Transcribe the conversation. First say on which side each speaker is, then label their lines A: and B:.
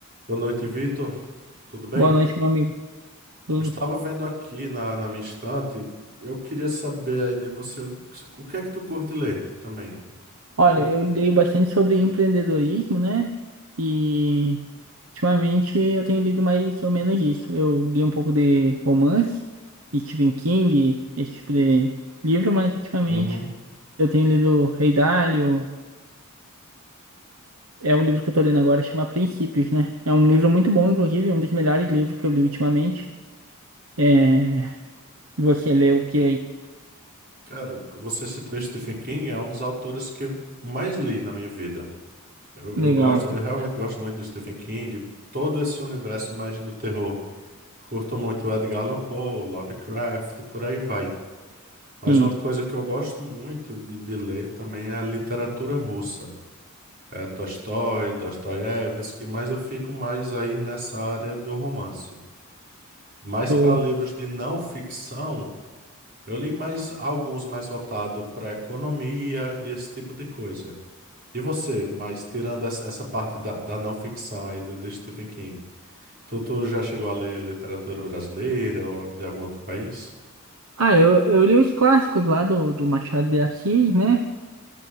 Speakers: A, on the right; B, on the right.
A: Boa noite, Vitor. Tudo bem?
B: Boa noite, meu amigo. Tudo?
A: Eu estava vendo aqui na, na minha estante. Eu queria saber aí de você o, o que é que tu curte ler também.
B: Olha,
A: Eu vi-
B: eu leio bastante sobre empreendedorismo, né? E ultimamente eu tenho lido mais ou menos isso. Eu li um pouco de romance, Stephen King, esse tipo de livro, mas ultimamente
A: Uhum.
B: eu tenho lido Rei Dalio. É um livro que eu tô lendo agora, chama Princípios, né? É um livro muito bom, inclusive, um dos melhores livros que eu li ultimamente. É... Você leu o que aí?
A: Cara, você citou Stephen King, é um dos autores que eu mais li na minha vida. Eu,
B: Legal,
A: eu gosto,
B: cara.
A: eu realmente gosto muito de Stephen King, todo esse universo mais do terror. Curto muito Edgar Allan Poe, Lovecraft, por aí vai. Mas
B: Sim.
A: uma coisa que eu gosto muito de, de ler também é a literatura russa. É Tolstói, Dostoiévski, mas eu fico mais aí nessa área do romance. Mas
B: Show.
A: para livros de não ficção, eu li mais alguns mais voltados para economia e esse tipo de coisa. E você, mas tirando essa essa parte da, da não ficção aí de, de Stephen King, tu, tu já chegou a ler literatura brasileira ou de algum outro país?
B: Ah, eu, eu li os clássicos lá do, do Machado de Assis, né?